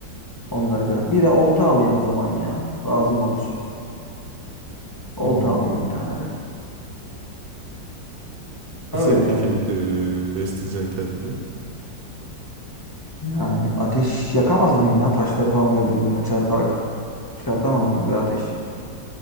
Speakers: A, on the left; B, on the right.
A: Onları kar- Bir de olta alayım o zaman ya. Lazım olur. Olta
B: Hmm.
A: alayım bir tane de. Öyle
B: Nasıl peki
A: yani.
B: eee besleyeceksin kendini?
A: Yani ateş yakamaz mıyım ya? Taşları falan böyle birbirine çarparak çıkartamaz mıyım bir ateş?